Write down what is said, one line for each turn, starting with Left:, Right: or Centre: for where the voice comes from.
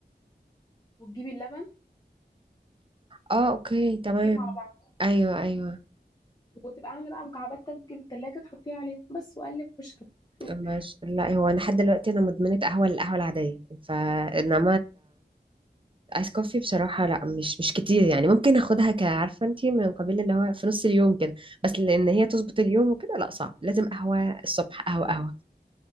Left: وتجيبي اللبن
Right: اه اوكي
Left: وتجيبيهم
Right: تمام
Left: على بعض
Right: ايوه ايوه
Left: وتبقى عاملة بقى مكعبات تلج في التلاجة تحطيها عليهم بس وقلب واشرب <laughs>
Right: ماشي لا هو انا لحد دلوقتي انا مدمنه قهوه القهوه العاديه فانما الايس كوفي بصراحه لا مش مش كتير يعني ممكن اخدها كعارفه انتي من قبيل اللي هو في نص اليوم كده بس لان هي تظبط اليوم وكده لا صعب لازم قهوه الصبح قهوه قهوه